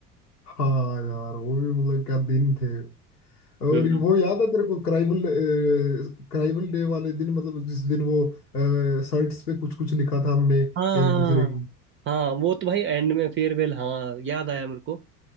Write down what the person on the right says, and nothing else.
हम्म
हाँ हाँ
हाँ, वो तो भाई एंड में फेयरवेल हाँ याद आया मेरे को